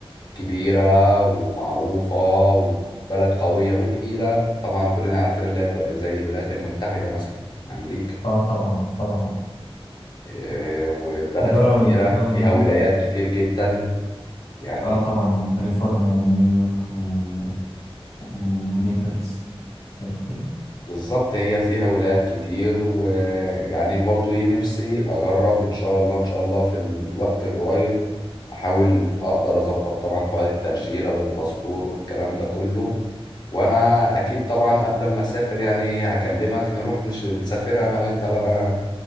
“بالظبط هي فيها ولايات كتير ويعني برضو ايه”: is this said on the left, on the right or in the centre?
Left